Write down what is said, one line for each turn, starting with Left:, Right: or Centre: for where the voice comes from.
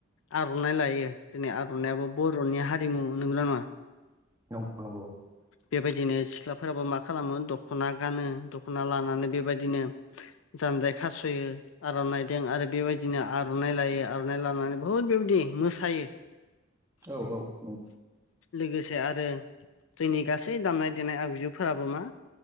Left: आर'नाइ लायो दिनै आर'नायाबो
Right: औ
Left: बर'नि हा नै बुङो नंगौना नङा
Right: <unintelligible>
Left: बेबायदिनो सिख्लाफोराबो मा खालामो दख'ना गानो दख'ना लानानै बेबायदिनो जानजाय खास'यो आर'नाइदों आरो बेबायदिनो आर'नाइ लायो आर'नाइ लानानै बुहुद बेबायदि मोसायो
Right: औ औ नंगौ
Left: लोगोसे आरो जोंनि गासै दामनाय देनाय आगजुफोराबो मा